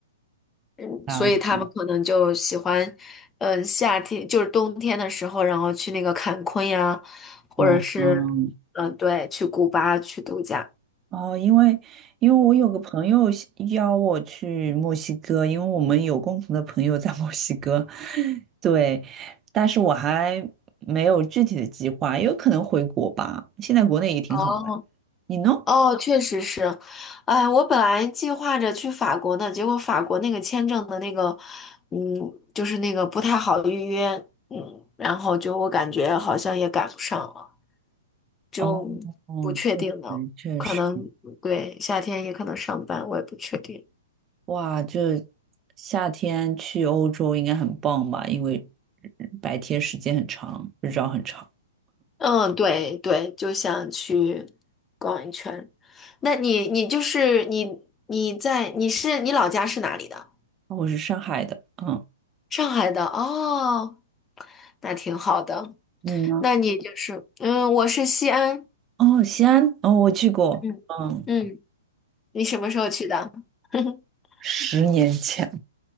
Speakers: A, on the left; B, on the right.
A: 嗯，
B: 啊
A: 所以他们可能就喜欢，嗯，夏天就是冬天的时候，然后去那个坎昆呀，或者是，
B: 嗯嗯。
A: 嗯，对，去古巴去度假。
B: 哦，因为因为我有个朋友喜邀我去墨西哥，因为我们有共同的朋友在墨西哥，<laughs> 对，但是我还没有具体的计划，有可能回国吧。现在国内也挺好的，
A: 哦
B: 你呢？
A: 哦，确实是，哎，我本来计划着去法国呢，结果法国那个签证的那个，嗯，就是那个不太好预约，嗯，然后就我感觉好像也赶不上了，就
B: 哦，哦，
A: 不确定呢，
B: 确实确实，
A: 可能对夏天也可能上班，我也不确定。
B: 哇，就夏天去欧洲应该很棒吧？因为白天时间很长，日照很长。
A: 嗯，对对，就想去逛一圈。那你你就是你你在你是你老家是哪里的？
B: 哦我是上海的，嗯，
A: 上海的哦，那挺好的。
B: 你呢？
A: 那你就是嗯，我是西安。
B: 哦，西安，哦，我去过，
A: 嗯嗯，
B: 嗯。
A: 你什么时候去的？<laughs>
B: 十年前，